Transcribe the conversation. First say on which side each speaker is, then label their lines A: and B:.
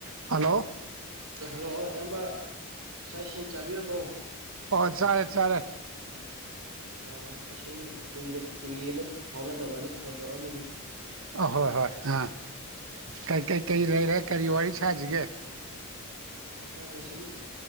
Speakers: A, on the right; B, on the right.
A: ꯍꯜꯂꯣ
B: ꯍꯜꯂꯣ ꯏꯌꯥꯝꯕ ꯆ ꯏꯁꯤꯡ ꯆꯥꯕꯤꯔꯕꯣ
A: ꯑꯣ ꯆꯔꯦ ꯆꯔꯦ
B: ꯑꯥ ꯑꯩ ꯁꯨꯝ ꯀꯨꯏ ꯀꯨꯏꯔꯦꯅ ꯐꯥꯎꯅꯗꯕ ꯍꯥꯏꯅ ꯐꯣꯟ ꯇꯧꯔꯛꯑꯝꯃꯤꯅꯤ
A: ꯑꯍꯣꯏ ꯍꯣꯏ ꯑꯥꯩ ꯀꯩꯀꯩ ꯂꯩꯔꯦ ꯀꯔꯤ ꯋꯥꯔꯤ ꯁꯥꯁꯤꯒꯦ
B: ꯍꯥꯏꯀꯥꯟꯗꯦ ꯁꯨꯝ